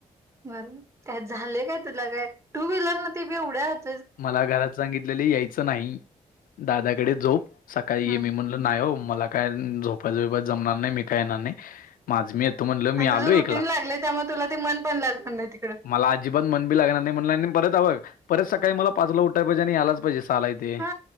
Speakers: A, on the right (about 20°); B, on the left (about 80°).
A: बर का झालय काय तुला काय टू व्हीलर न ते बी एवढ्यात.
B: मला घरात सांगितलेले यायचं नाही दादाकडे झोप सकाळी
A: ह
B: ये मी म्हण नाही हो मला काय झोपायच बिपायच जमणार नाही. मी काय येणार नाही. माझ मी येतो म्हणल मी
A: आणि
B: आलो
A: तुझं रुटीन
B: एकला.
A: लागले त्यामुळे तुला ते मन पण लागणार नाही तिकड
B: मला अजिबात मन बी लागणार नाही म्हणल. परत ह बग परत सकाळी मला पाचला उठाय पाहिजे. आणि यायलाच पाहिजे. ला इथे
A: हा